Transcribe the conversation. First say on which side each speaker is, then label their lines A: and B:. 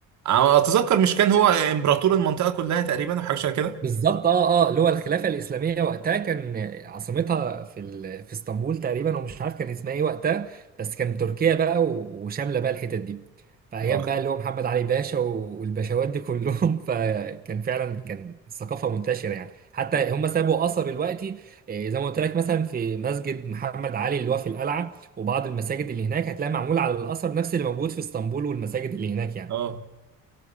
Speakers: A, on the right; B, on the right.
A: أنا اتذكر مش كان هو امبراطور المنطقه كلها تقريبا او حاجه شبه كده
B: بالظبط اه اه اللي هو الخلافه الاسلاميه وقتها كان عاصمتها في ال... في اسطنبول تقريبا ومش عارف كان اسمها ايه وقتها بس كان تركيا بقى و... وشامله بقى الحتت دي فايام
A: اه
B: بقى اللي هو محمد علي باشا و- والباشوات دي كلهم <laughs> فكان فعلا كان الثقافه منتشره يعني حتى هم سابوا اثر دلوقتي إيه، زي ما قلت لك مثلا في مسجد محمد علي اللي هو في القلعه وبعض المساجد اللي هناك هتلاقي معمول على الاثر نفس اللي موجود في اسطنبول والمساجد اللي هناك يعني
A: اه